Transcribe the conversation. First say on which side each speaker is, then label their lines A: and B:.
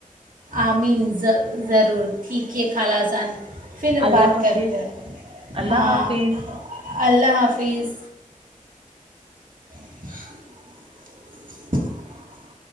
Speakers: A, on the right (about 80°); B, on the right (about 40°).
A: آمین ضرور ٹھیک ہے خالہ جان پھر
B: اللہ
A: بات
B: حافظ
A: کرتے ہیں۔
B: اللہ
A: ہاں
B: حافظ
A: اللہ حافظ <inaudible>